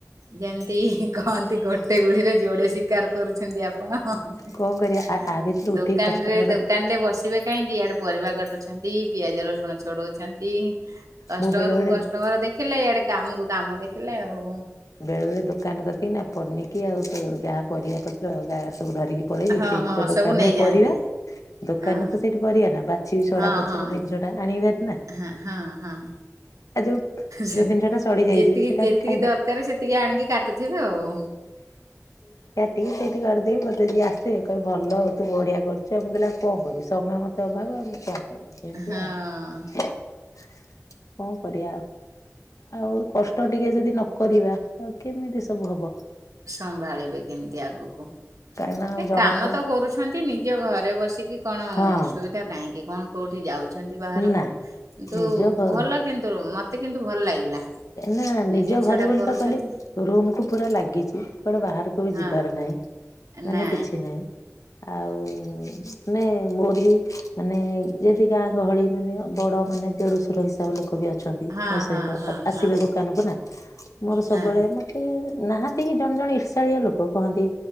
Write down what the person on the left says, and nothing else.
କଣ କରିବା ଆ ଆ ଭିତରୁ ଉଠିକି
କଷ୍ଟମର
ମୁଁ ବେଳେ ବେଳେ
ବେଳେ ବେଳେ ଦୋକାନ କରିତିକି ନା, ପନିକିି ଆଉ ତ ଯାହା ପରିବା ପତ୍ର ଗା ସବୁ ଧରିକି ପଳେଇବି,
ସେଇ
ତ
ଦୋକାନରେ
ପରିବା ଦୋକାନରେ
ତ ସେଇଠି ପରିବା ନା, ବାଛିିବି ସଡା
ପୋଚା
ଜିନିଷ ଟା ଆଣିବି ଭାରି ନା।
ଆ ଯୋଉ,
ଯୋଉ ଜିନିଷଟା ସଡି ଯାଇଚି,
ସେଇଟା ଆମେ
ଖା
ଟିକେ ସେଇଠି କାଟିଦେବି, ମତେ ଯିଏ ଆସିବେ, କହେ ଭଲ ଆଉ ତୁ ବଢିଆ କରୁଚୁ ଆ। ମୁଁ କହିଲି ଆଉ କଣ କରିବି, ସମୟ ମତ- ସମୟ ଅଭାବ, ମୁଁ କଣ କରିବି, ଏମିତି
ଆଉ? କଣ କରିବା ଆଉ? କଷ୍ଟ ଟିକେ ଯଦି ନ କରିବା, ଆଉ କେମିତି ସବୁ ହବ?
କାହିଁକି ନା ଆଉ
ଜଣଙ୍କ
ହଁ
ନା
ନିଜ ଘ
ନା, ନିଜ
ଘରେ
ବୋଲି
ପା କହିଲି ରୁମ କୁ ପୁରା ଲାଗିଚି, କୁଆଡେ ବାହାରକୁ ବି
ଯିବାର ନାହିଁ, ମାନେ
କିଛି ନାହିଁ। ନାଇଁ, ଆଉ ମାନେ ମୋର ବି ମାନେ, ଯଦି ଗାଁ ଗହଳି, ମାନେ ବଡ ମାନେ ଦେଢସୁର ହିସାବ ଲୋକ ବି ଅ ଅଛନ୍ତି
ମୋ ସହିତ
ଆସିବେ
ଦୋକାନ କ ନା। ମୋର ସବୁବେଳେ
ନାହାନ୍ତି କି ଜଣେ ଜଣେ ଇର୍ଷାଳିଆ ଲୋକ କହନ୍ତି।